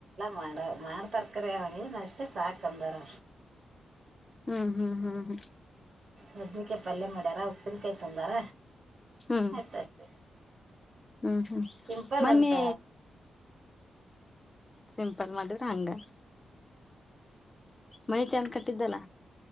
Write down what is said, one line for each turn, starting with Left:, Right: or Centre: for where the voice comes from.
Right: ಮಾಡೋ ಮಾಡ್ತಾರ ಖರೆ ಅವೇನು ಅಷ್ಟೇ ಸಾಕ ಅಂದ್ರಾವರ.
Left: ಹ್ಮ್ ಹ್ಮ್ ಹ್ಮ್ ಹ್ಮ್.
Right: ಬದ್ನಿಕೈ ಪಲ್ಯ ಮಾಡ್ಯಾರ ಉಪ್ಪಿನಕಾಯಿ ತಂದಾರ.
Left: ಹ್ಮ್
Right: ಆಯ್ತಷ್ಟ
Left: ಹ್ಮ್ ಹ್ಮ್
Right: ಸಿಂಪಲ್
Left: ಮನ್ನಿ
Right: ಅಂತ.
Left: ಸಿಂಪಲ್ ಮಾಡಿದ್ರೆ ಹಂಗ. ಮನೆ ಚೆಂದ್ ಕಟ್ಟಿದ್ದಲ್ಲ.